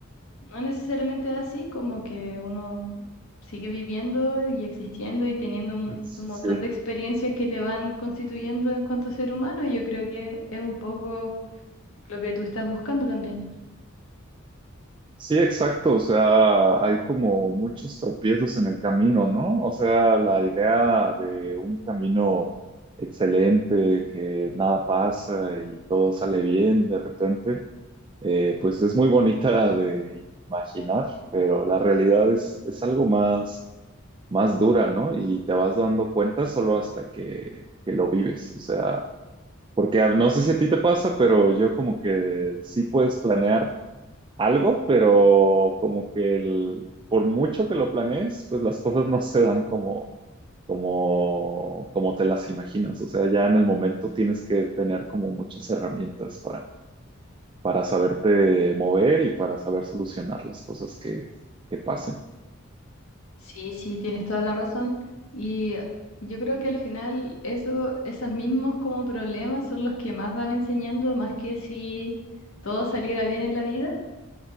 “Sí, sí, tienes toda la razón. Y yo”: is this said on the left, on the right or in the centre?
Left